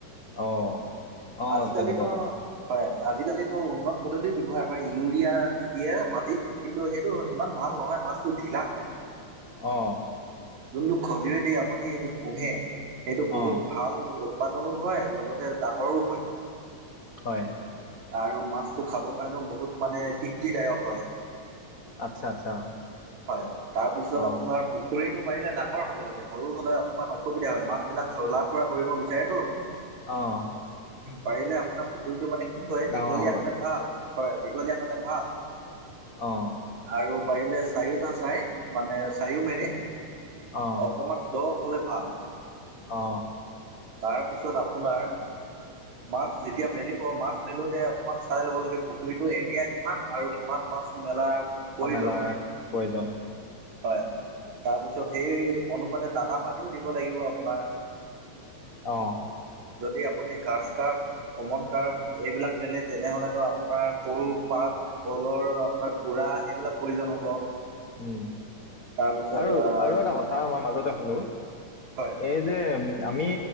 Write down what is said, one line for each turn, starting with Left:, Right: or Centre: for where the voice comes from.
Left: অ আহ
Right: আজিকালিতো
Left: তেনেকুৱা কথা।
Right: হয় আজিকালিটো উন্নত পদ্ধতি ব্যৱহাৰ কৰে ইউৰিয়া দি দিয়ে মাটিত কিন্তু সেইটো সিমান ভাল নহয় মাছটো ঢিলা হয়।
Left: আহঁ।
Right: যোনটো খলয়দি আপুনি পোহে সেইটো বহুত
Left: অ
Right: ভাল। উৎপাদনো হয় লগতে ডাঙৰো হয়।
Left: হয়।
Right: আৰু মাছটো খাবৰ কাৰণেও বহুত মানে তৃপ্তিদায়ক হয়।
Left: আচ্ছা আচ্ছা
Right: হয় তাৰ পিছত
Left: অ
Right: আপোনাৰ পুখুৰীটো পাৰিলে ডাঙৰ হ'ব লাগে, সৰু হলে অকমান অসুবিধা হয় মাছ বিলাক চলা ফুৰা কৰিব বিচাৰেতো।
Left: আহ।
Right: পাৰিলে আপোনাৰ পুখুৰীটো মানে কি হয়
Left: ডাঙৰ
Right: দীঘলীয়া
Left: হ'বলৈ
Right: হ'লে ভাল হয় দীঘলীয়া হলে ভাল।
Left: অহ।
Right: আৰু পাৰিলে চাৰিওটা চাইড মানে চাৰিওমেৰে
Left: অ
Right: অকমান দহ হ'লে ভাল।
Left: অ
Right: তাৰপিছত আপোনাৰ-
Left: <inaudible>
Right: মাছ যেতিয়া মেলিব অ মাছ মেলোতে অকমান চাই ল'ব লাগে পুখুৰীতো এৰিয়া কিমান আৰু কিমান মাছ মেলাৰ প্ৰয়োজন
Left: অ মেলাৰ প্ৰয়োজন।
Right: হয় তাৰপিছত সেই অনুপাতে দানা পানীও দিব লাগিব আপোনাৰ।
Left: অহ।
Right: যদি আপুনি ঘাচকাৰ্প, কমনকাৰ্প, এইবিলাক মেলে তেনেহলেতো আপোনাৰ কল পা কলৰ আপোনাৰ খুৰা সেইবিলাক প্ৰয়োজন হ'ব।
Left: উ
Right: তাৰপিছত
Left: আৰু
Right: আহ
Left: আৰু এটা কথা মই মাজতে সুধো
Right: হয়
Left: এই যে আমি